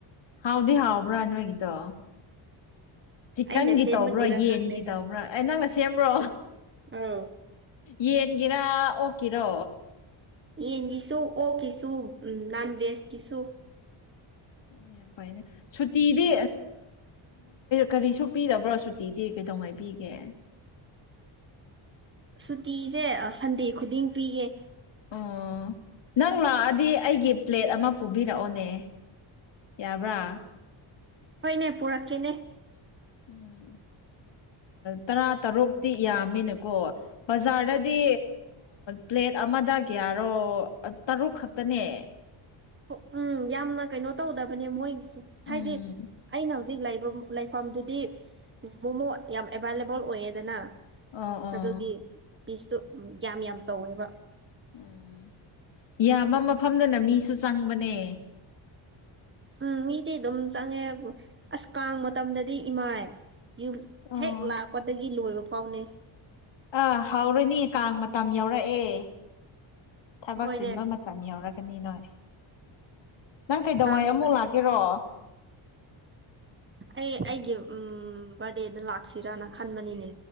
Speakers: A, on the left (about 60°); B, on the right (about 25°).
A: ꯍꯥꯎꯗꯤ ꯍꯥꯎꯕ꯭ꯔꯥ ꯅꯣꯏꯒꯤꯗꯣ ꯆꯤꯛꯀꯟꯒꯤ
B: ꯑꯩꯅ ꯁꯦꯝꯕꯒꯤꯔ
A: ꯇꯧꯕ꯭ꯔꯣ ꯌꯦꯟꯒꯤ
B: ꯈꯪꯗꯦ
A: ꯇꯧꯕ꯭ꯔꯣ ꯑꯦ ꯅꯪꯅ ꯁꯦꯝꯕ꯭ꯔꯣ
B: ꯑꯥꯎ
A: ꯌꯦꯡꯒꯤꯦꯔꯥ ꯑꯣꯀꯤꯔꯣ
B: ꯌꯦꯟꯒꯤꯁꯨ ꯑꯣꯛꯀꯤꯁꯨ ꯅꯅꯥꯟ ꯚꯦꯖꯀꯤꯁꯨ
A: ꯑꯣ ꯌꯥꯝ ꯐꯥꯏꯅꯦ ꯁꯨꯇꯤꯗꯤ ꯀꯔꯤꯁꯨ ꯄꯤꯗꯕ꯭ꯔꯣ ꯁꯨꯇꯤꯗꯤ ꯀꯩꯗꯧꯉꯥꯏ ꯄꯤꯒꯦ
B: ꯁꯨꯇꯤꯁꯦ ꯁꯟꯗꯦ ꯈꯨꯗꯤꯡ ꯄꯤꯌꯦ
A: ꯑꯣ ꯅꯪ ꯂꯥꯛꯑꯗꯤ ꯑꯩꯒꯤ ꯄ꯭ꯂꯦꯠ ꯑꯃ ꯄꯨꯕꯤꯔꯛꯑꯣꯅꯦ ꯌꯥꯕ꯭ꯔꯥ
B: ꯍꯣꯏꯅꯦ ꯄꯨꯔꯛꯀꯦꯅꯦ
A: ꯎꯝ ꯇꯔꯥ ꯇꯔꯨꯛꯇꯤ ꯌꯥꯝꯃꯦꯅꯀꯣ ꯕꯖꯥꯔꯗꯗꯤ ꯄ꯭ꯂꯦꯠ ꯑꯃꯗ ꯌꯥꯔꯣ ꯇꯔꯨꯛ ꯈꯛꯇꯅꯦ
B: ꯍꯣ- ꯎꯝ ꯌꯥꯝꯅ ꯀꯩꯅꯣ ꯇꯧꯗꯕꯅꯦ ꯃꯣꯏꯒꯤ ꯍꯥꯏꯗꯤ
A: ꯎꯝ
B: ꯑꯩꯅ ꯍꯧꯖꯤꯛ ꯂꯩꯐꯝꯗꯨꯗꯤ ꯃꯣꯃꯣ ꯌꯥꯝ ꯑꯦꯕꯥꯏꯂꯦꯕꯜ ꯑꯣꯏꯌꯦꯗꯅ
A: ꯑꯣ ꯑꯣ
B: ꯑꯗꯨꯒꯤ ꯄꯤꯁꯇꯨ ꯌꯥꯝ ꯌꯥꯝ ꯇꯧꯋꯦꯕ
A: ꯎꯝ ꯏꯌꯥꯝꯕ ꯃꯐꯝꯗꯅ ꯃꯤꯁꯨ ꯆꯪꯕꯅꯦ
B: ꯎꯝ ꯃꯤꯗꯤ ꯑꯗꯨꯝ ꯆꯪꯉꯦ ꯑꯁ ꯀꯥꯡ ꯃꯇꯝꯗꯗꯤ ꯏꯃꯥꯏ ꯌꯨꯝ
A: ꯑꯥ
B: ꯍꯦꯛ ꯂꯥꯛꯄꯗꯒꯤ ꯂꯣꯏꯕ ꯐꯥꯎꯅꯦ
A: ꯑꯥ ꯍꯧꯔꯨꯅꯤ ꯀꯥꯡ ꯃꯇꯝ ꯌꯥꯎꯔꯛꯑꯦ
B: ꯑꯩꯈꯣꯏꯅꯦ
A: ꯊꯕꯛ ꯆꯤꯟꯕ ꯪ ꯌꯥꯎꯔꯒꯅꯤ ꯅꯣꯏ ꯅꯪ ꯀꯩꯗꯧꯉꯩ
B: ꯀꯥꯡ ꯃꯇꯝ
A: ꯑꯃꯨꯛ ꯂꯥꯛꯀꯦꯔꯣ
B: ꯑꯩ ꯑꯩꯒꯤ ꯕꯥꯔꯗꯦꯗ ꯂꯥꯛꯁꯤꯔꯅ ꯈꯟꯕꯅꯤꯅꯦ